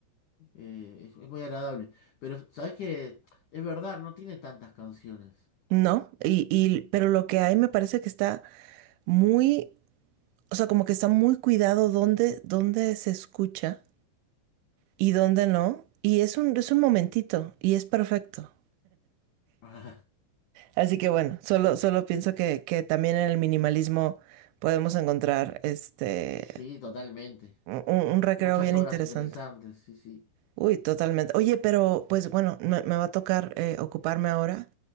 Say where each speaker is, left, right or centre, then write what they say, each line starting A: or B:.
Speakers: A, on the left (about 75°); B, on the right (about 80°).
A: eh, es, es muy agradable. Pero sabes que es verdad, no tiene tantas canciones.
B: No, y, y, pero lo que hay me parece que está muy o sea, como que está muy cuidado dónde, dónde se escucha y dónde no. Y es un, es un momentito y es perfecto.
A: <laughs>
B: Así que bueno, solo, solo pienso que, que también en el minimalismo podemos encontrar este
A: Sí, totalmente.
B: un, un recreo
A: Muchas
B: bien
A: obras
B: interesante.
A: interesantes, sí, sí.
B: Uy, totalmente. Oye, pero pues bueno, me, me va a tocar eh, ocuparme ahora